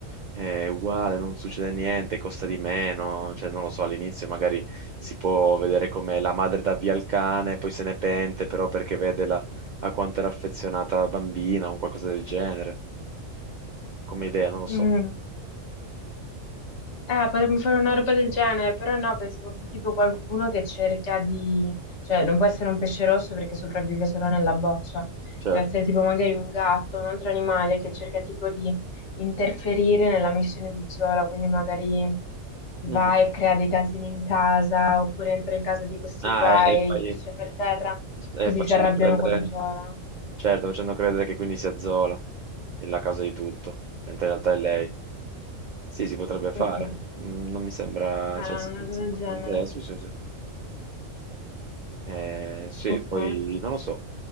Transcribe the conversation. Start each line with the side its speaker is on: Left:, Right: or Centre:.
Right: È uguale, non succede niente, costa di meno, cioè non lo so, all'inizio magari si può vedere come la madre dà via il cane, poi se ne pente però perché vede la- a quanto era affezionata la bambina o un qualcosa del genere, come idea, non lo so.
Left: Mm. Eh, potremmo fare una roba del genere, però no, pensavo più tipo qualcuno che cerca di... cioè non può essere un pesce rosso perché sopravvive solo nella boccia,
Right: Certo.
Left: deve essere tipo magari un gatto, un altro animale che cerca tipo di interferire nella missione di Zola, quindi magari va
Right: Mhm.
Left: e crea dei casini in casa, oppure entra in casa di questi
Right: Ah,
Left: qua
Right: e,
Left: e
Right: e poi
Left: gli piscia per terra,
Right: e
Left: così
Right: facendo
Left: si arrabbiano
Right: credere,
Left: con Zola.
Right: certo, facendo credere che quindi sia Zola la causa di tutto, mentre in realtà è lei. Sì, si potrebbe fare.
Left: Mm-mm.
Right: Mm, Non mi sembra,
Left: Eh, una
Right: cioè, si mi
Left: roba
Right: sembra
Left: del genere.
Right: un'idea, sì, sì, sì. Eh, sì,
Left: Ok.
Right: poi non lo so.